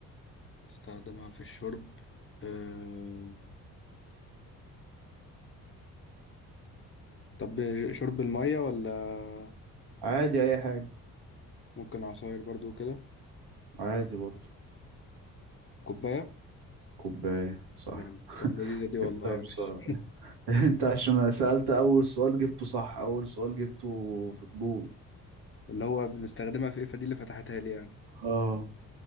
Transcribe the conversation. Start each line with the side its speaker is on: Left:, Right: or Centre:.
Left: استخدمها في الشرب آه طب شرب الميه ولا
Right: عادي اي حاجة
Left: ممكن عصاير برضو كده
Right: عادي برضو
Left: كوبايه
Right: كوباية صح
Left: جامد. طب لذيذه دي والله
Right: جبتها بسرعة
Left: ماشي
Right: <laughs> انت عشان سألت اول سؤال جبته صح اول سؤال جبته في الجون
Left: اللي هو بنستخدمها في ايه فدي اللي فتحتها لي يعني
Right: اه